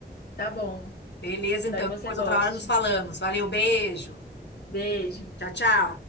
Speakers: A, on the left; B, on the left.
A: Tá bom.
B: Beleza,
A: Espero
B: então.
A: que
B: Depois
A: você goste.
B: outra hora nos falamos. Valeu, beijo.
A: Beijo.
B: Tchau, tchau.